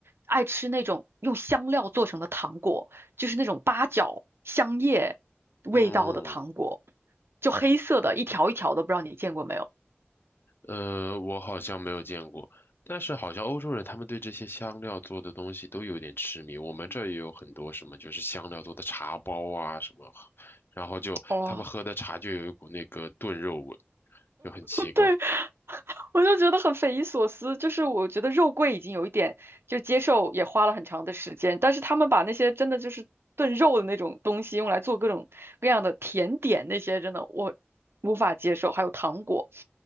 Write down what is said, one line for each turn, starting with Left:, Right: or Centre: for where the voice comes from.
Right: 爱吃那种用香料做成的糖果，就是那种八角、香叶味道的糖果，
Left: 嗯。
Right: 就黑色的，一条一条的，不知道你见过没有？
Left: 呃，我好像没有见过，但是好像欧洲人他们对这些香料做的东西都有点痴迷。我们这儿也有很多什么，就是香料做的茶包啊什么，然后就他们喝的茶就有一股那个炖肉味，
Right: 哦，
Left: 就很奇怪。
Right: 对，<laughs> 我就觉得很匪夷所思。就是我觉得肉桂已经有一点就接受，也花了很长的时间，但是他们把那些真的就是炖肉的那种东西用来做各种各样的甜点，那些真的我无法接受。还有糖果，